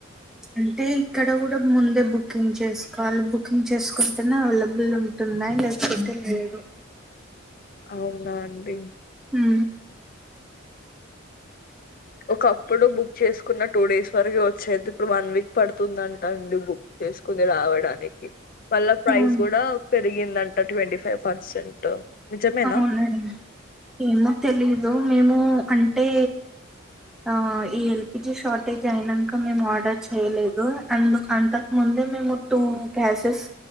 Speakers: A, in the centre; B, on the left.
A: అంటే ఇక్కడ కూడా ముందే బుకింగ్ చేసుకోవాలి బుకింగ్ చేసుకుంటేనే అవైలబుల్ ఉంటున్నాయి లేకపోతే లేదు
B: అవునా అండి
A: ఉ
B: ఒకప్పుడు బుక్ చేసుకున్న టూ డేస్ వరకి వచ్చేది ఇప్పుడు వన్ వీక్ పడుతుందంటండి బుక్ చేసుకుంది రావడానికి మళ్ళ ప్రైస్
A: అవును
B: కూడా పెరిగిందంట ట్వంటీ ఫైవ్ పర్సెంట్ నిజమేనా
A: అవునండి, ఏమో తెలీదు మేము అంటే ఆ ఈ ఎల్పిజి షార్టేజ్ అయినాంక మేము ఆర్డర్ చేయలేదు. అందుకు అంతక్ ముందే మేము టూ గ్యాసెస్